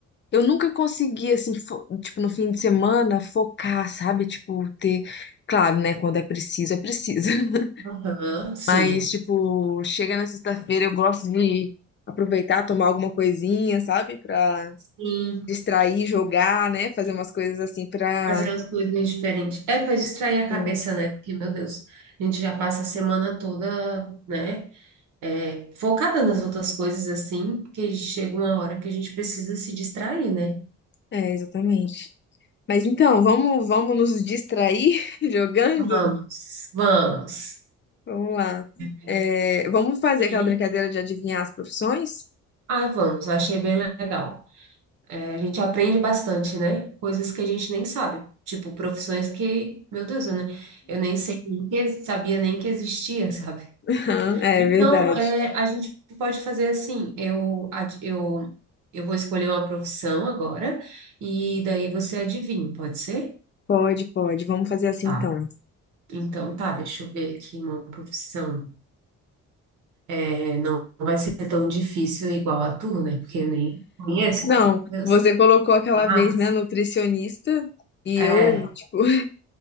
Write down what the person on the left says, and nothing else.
Eu nunca consegui, assim, fo- tipo, no fim de semana, focar, sabe? Tipo, ter. Claro, né? Quando é preciso, é preciso. <laughs>
Mas, tipo, chega na sexta-feira, eu gosto de aproveitar, tomar alguma coisinha, sabe? Pra
distrair, jogar, né? Fazer umas coisas assim pra.
É,
é, exatamente. Mas então, vamos, vamos nos distrair <laughs> jogando?
Vamos lá.
É, vamos fazer
aquela brincadeira de adivinhar as profissões?
<laughs> É
verdade.
Pode, pode. Vamos fazer assim
então.
Não,
você colocou aquela
vez, né, nutricionista, e
eu, tipo,